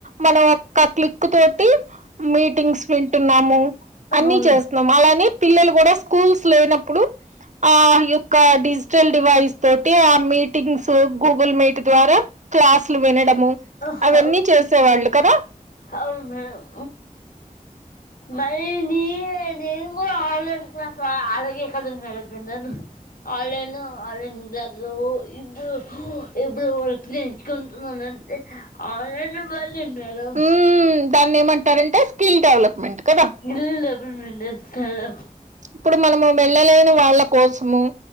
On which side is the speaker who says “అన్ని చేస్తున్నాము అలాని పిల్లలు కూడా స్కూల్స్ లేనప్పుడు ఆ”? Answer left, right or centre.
Right